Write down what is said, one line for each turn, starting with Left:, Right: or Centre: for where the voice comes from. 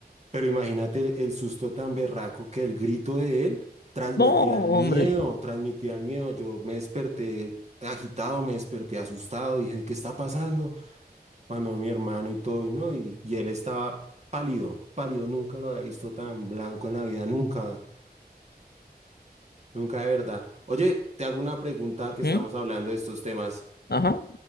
Right: Pero imagínate el susto tan berraco que el grito de él transmitía
Left: No,
Right: el miedo,
Left: hombre.
Right: transmitía el miedo. Yo me desperté agitado, me desperté asustado, dije, ¿qué está pasando? Cuando mi hermano y todo, y no, y, y él estaba pálido, pálido, nunca lo había visto tan blanco en la vida, nunca, nunca de verdad. Oye, te hago una pregunta que
Left: ¿Mm?
Right: estamos hablando de estos temas.
Left: Ajá.